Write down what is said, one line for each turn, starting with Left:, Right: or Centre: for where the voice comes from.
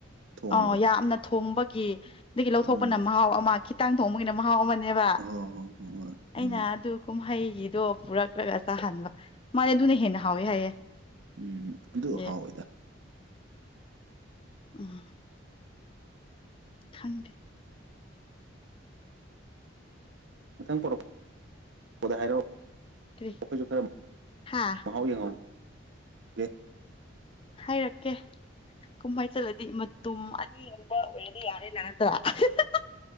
Right: ꯊꯣꯡꯕꯗꯣ
Left: ꯑꯥ ꯌꯥꯝꯅ ꯊꯣꯡꯕꯒꯤ ꯑꯗꯒꯤ ꯂꯧꯊꯣꯛꯄꯅ
Right: ꯎꯝ
Left: ꯃꯍꯥꯎ ꯑꯃ ꯈꯤꯇꯥꯡ ꯊꯣꯡꯕꯒꯤꯅ ꯃꯍꯥꯎ ꯑꯃꯅꯤ ꯅꯦꯕ
Right: ꯍꯣꯏ ꯍꯣꯏ ꯍꯣꯏ ꯍꯣꯏ
Left: ꯑꯩꯅ
Right: ꯎꯝ
Left: ꯑꯗꯨ ꯀꯨꯝꯍꯩ ꯐꯤꯗꯣ ꯄꯨꯔꯛꯈ꯭ꯔꯒ ꯆꯥꯍꯟꯕ ꯃꯥꯅꯦ ꯑꯗꯨꯅ ꯍꯦꯟꯅ ꯍꯥꯎꯋꯦ ꯍꯥꯏꯌꯦ
Right: ꯎꯝ ꯑꯗꯨ ꯍꯥꯎꯏꯗ
Left: ꯑꯦ ꯎꯝ ꯈꯪꯗꯦ
Right: ꯃꯊꯪ ꯄꯣꯔꯛ ꯄꯗ ꯍꯥꯏꯔꯛ ꯑꯣ
Left: ꯀꯔꯤ
Right: ꯑꯣꯈꯣꯏꯖꯨ ꯈꯔ
Left: ꯍꯥ
Right: ꯃꯍꯥꯎ ꯌꯦꯡꯍꯧꯒꯦ
Left: ꯍꯥꯏꯔꯛꯀꯦ ꯀꯨꯝꯍꯩ ꯆꯠꯂꯗꯤ ꯃꯇꯨꯝ ꯑꯅꯤ <unintelligible>